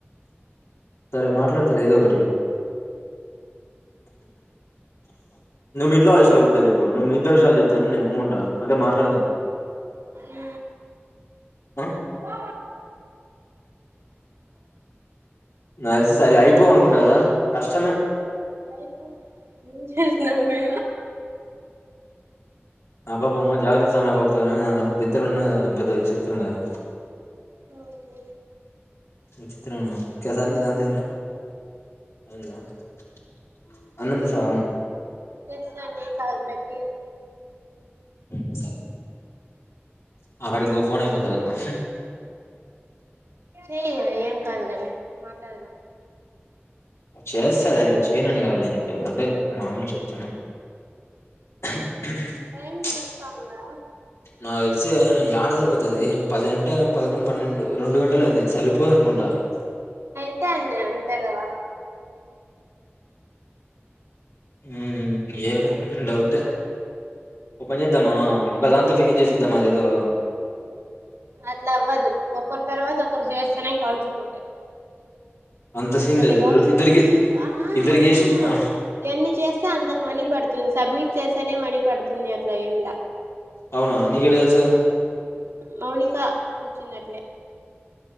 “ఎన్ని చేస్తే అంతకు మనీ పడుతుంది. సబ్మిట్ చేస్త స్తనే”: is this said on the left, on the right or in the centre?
Right